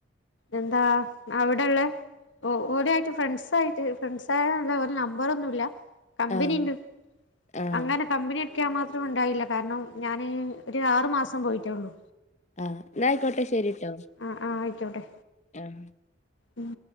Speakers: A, on the left; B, on the left.
A: എന്താ അവിടെള്ളെ ഓഹ് ഓലു ആയിറ്റ് ഫ്രണ്ട്സായിറ്റ് ഫ്രണ്ട്സായ ഓലെ നമ്പറൊന്നൂല്ല കമ്പിനി
B: ആഹ്
A: ഇണ്ട്
B: ആഹ്
A: അങ്ങനെ കമ്പനി അടിക്കാൻ മാത്രം ഉണ്ടായില്ല കാരണം ഞാന് ഒര് ആറ് മാസം പോയിറ്റോള്ളൂ
B: ആഹ് ഇന്നായിക്കോട്ടെ ശരിട്ടോ
A: ആഹ് ആഹ് ആയിക്കോട്ടെ
B: ആഹ്
A: ഉം